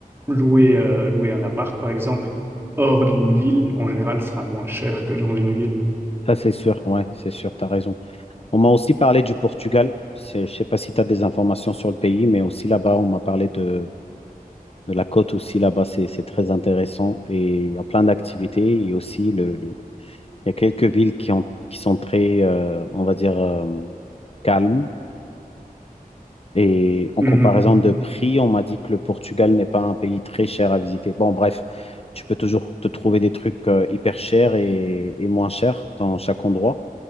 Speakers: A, on the right (about 15°); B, on the left (about 40°).
A: Louer, euh, louer un appart, par exemple, hors d'une ville, en général, sera moins cher que dans une ville.
B: Ça, c'est sûr. Ouais, c'est sûr. T'as raison. On m'a aussi parlé du Portugal. C'est- Je sais pas si tu as des informations sur le pays, mais aussi là-bas, on m'a parlé de, de la côte aussi là-bas. C'est, c'est très intéressant et il y a plein d'activités et aussi le, le- il y a quelques villes qui ont, qui sont très, euh, on va dire, euh, calmes. Et en
A: Mhm.
B: comparaison de prix, on m'a dit que le Portugal n'est pas un pays très cher à visiter. Bon, bref, tu peux toujours te trouver des trucs euh, hyper chers et, et moins chers dans chaque endroit.